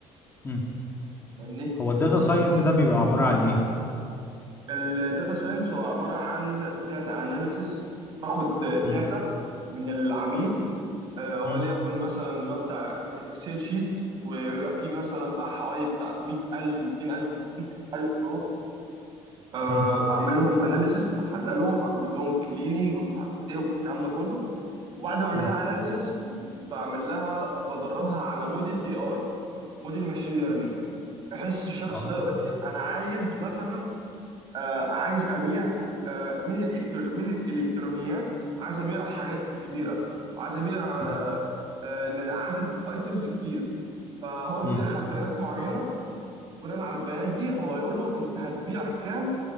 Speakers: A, on the left; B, on the right.
A: مم،
B: فاهمني
A: هو الداتا ساينس ده بيبقى عبارة عن ايه
B: الداتا ساينس هو عباره عن داتا اناليسز باخد
A: مم،
B: داتا من العميل آه وليكن
A: مم،
B: مثلا اللي هو بتاع اكسل شيت وبيبقى فيه مثلا بقى حوالي بتاع 100000 200000 300000 رو آه
A: مم،
B: بعمل لهم اناليسز بحللهم بعمل لهم كليننج ومش عارف ايه والكلام ده كله وبعد ما اعمل
A: مم،
B: لها اناليسز بعمل لها بدربها على موديل اي اي موديل ماشين ليرنينج بحس الشخص
A: اه
B: ده يقول لي انا عايز مثلا آه عايز ابيع آه من الإلكتر... من الالكترونيات عايز ابيع حاجات كبيره وعايز ابيع آه
A: مم،
B: آه ن- عدد ايتمز كتير فهو بيدخل
A: مم،
B: بيانات معينه بناء على البيانات دي هو يقول له انت هتبيع كام